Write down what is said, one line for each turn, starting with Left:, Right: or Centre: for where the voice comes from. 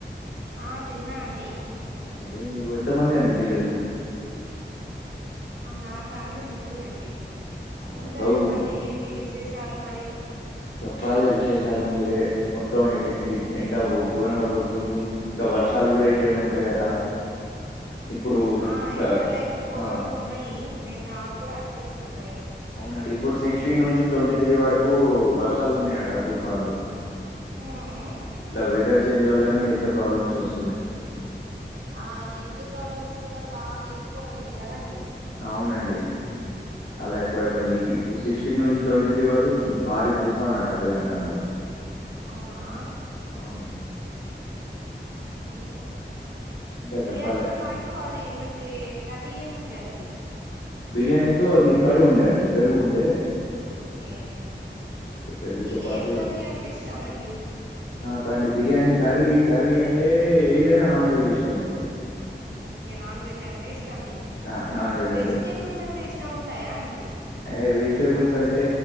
Right: ఆ తిన్నా అండి
Left: అవునండి మీకు ఎంతమంది అండి పిల్లలు
Right: నాకా అండి ముగ్గురండి
Left: అవునా
Right: ఇంకా
Left: చదువు
Right: చెప్పండి ఏంటి విశేషాలు మరి
Left: చెప్పాలే విశేషాలు మీరే మొత్తం ఎండ ఘోరంగా కొడుతుంది ఇంకా వర్షాలు కూడా ఇట్లనే ఉంటాయట ఇప్పుడు
Right: ఆ
Left: త-
Right: ఎండలు అయితే ఘోరంగా
Left: ఆ
Right: ఉన్నాయి నేను నాకు కూడా అనిపిస్తున్నాయి
Left: అండి ఇప్పుడు సిక్స్టీన్ నుంచి ట్వంటీ త్రీ వరకు వర్షాలు ఉన్నాయట తుఫాన్లు
Right: హ్మ్
Left: ఇట్లా వెదర్ చేంజ్ వల్లనే హెల్త్ ప్రాబ్లమ్స్ వస్తు
Right: ఆ హెల్త్ ప్రాబ్లమ్స్ కూడా బాగా ఎక్కువ అయినాయి కదండి
Left: అవునండి చాలా ఎక్కువ అయిపోయినాయ్ ఇప్పుడు సిక్స్టీన్ నుంచి ట్వంటీ త్రీ వరకు భారీ తుఫాన్ అట తెలంగాణలో
Right: అవునా
Left: అవునండి
Right: ఇంకా
Left: ఇంకా
Right: బిర్యానీతో
Left: చెప్పాలి
Right: పాటు అది ఏమంటే కర్రీ ఏముండే అండి
Left: బిర్యానీతో అది కార్డ్ ఉండే అండి పెరుగు ఉండే
Right: ఓకే
Left: పెరుగుతో
Right: మీకు
Left: పాటు
Right: ఏం కర్రీ అంటే ఇష్టం అండి
Left: నా కండి బిర్యానీ కర్రీ కర్రీ అంటే ఏదైనా నాన్ వెజ్ ఇష్టమండి
Right: ఓకే నాన్ వెజ్ అంటే ఇష్టం మీకు
Left: నా నాన్ వెజ్
Right: వెజిటేబుల్స్ అంటే ఇష్టం ఉండయా అండి
Left: అ వెజిటేబుల్స్ అంటే